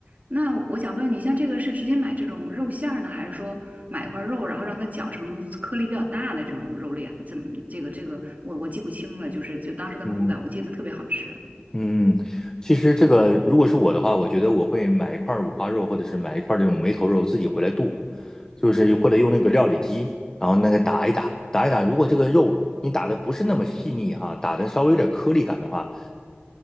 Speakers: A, on the right (about 40°); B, on the left (about 15°).
A: 那我想问你，像这个是直接买这种肉馅儿呢，还是说买一块肉，然后让它搅成颗粒比较大的这种肉粒啊？怎么这个这个我我记不清了，就是就当时的口感，
B: 嗯，
A: 我记得特别好吃。
B: 嗯，其实这个如果是我的话，我觉得我会买一块儿五花肉，或者是买一块儿这种梅头肉，自己回来剁，就是或者用那个料理机，然后那个打一打，打一打。如果这个肉你打的不是那么细腻哈，打的稍微有点颗粒感的话，